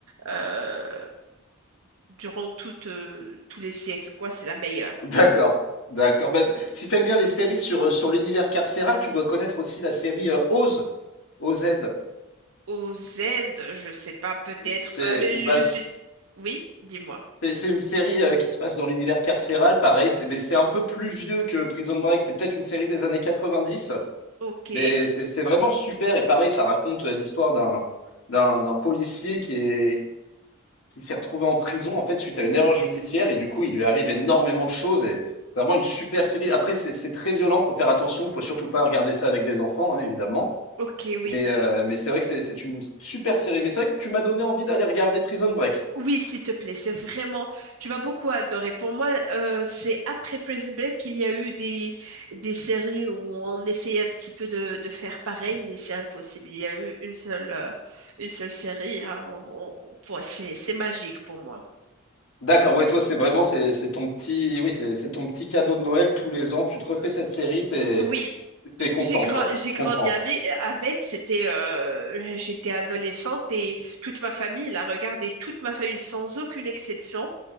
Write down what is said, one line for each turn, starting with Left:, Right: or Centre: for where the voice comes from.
Right: euh, durant toute, euh, tous les siècles, quoi, c'est la meilleure.
Left: D'accord, d'accord. Bah, si t'aimes bien les séries sur, euh, sur l'univers carcéral, tu dois connaître aussi la série euh, Oz, OZ.
Right: Au Z, je sais pas, peut-être,
Left: C'est
Right: bah, mais
Left: bah,
Right: je
Left: c'est
Right: suis... Oui, dis-moi.
Left: c'est une série euh, qui se passe dans l'univers carcéral, pareil, c'est- mais c'est un peu plus vieux que Prison Break. C'est peut-être une série des années 90.
Right: Ok,
Left: mais c'est c'est vraiment super. Et pareil, ça raconte euh, l'histoire d'un d'un d'un policier qui est qui s'est retrouvé en prison en fait suite à une erreur judiciaire et du coup il lui arrive énormément de choses et c'est vraiment une super série. Après c'est c'est très violent, faut faire attention, faut surtout pas regarder ça avec des enfants hein, évidemment.
Right: ok, oui.
Left: Mais euh, mais c'est vrai que c'est c'est une super série. Mais c'est vrai que tu m'as donné envie d'aller regarder Prison Break.
Right: Oui, s'il te plaît, c'est vraiment, tu vas beaucoup adorer. Pour moi, euh, c'est après Prison Break qu'il y a eu des, des séries où on essayait un petit peu de, de faire pareil, mais c'est impossible. Il y a eu une seule, euh, une seule série. hein. On- on- on- pour- c'est, c'est magique pour moi.
Left: D'accord, ouais toi c'est vraiment c'est c'est ton petit oui c'est c'est ton petit cadeau de Noël tous les ans. Tu te refais
Right: Euh,
Left: cette série, t'es
Right: Oui, parce
Left: t'es contente
Right: que j'ai gra-
Left: quoi.
Right: j'ai
Left: Je
Right: grandi
Left: comprends.
Right: avec, avec, c'était, euh, j'étais adolescente et toute ma famille la regardait, toute ma famille sans aucune exception.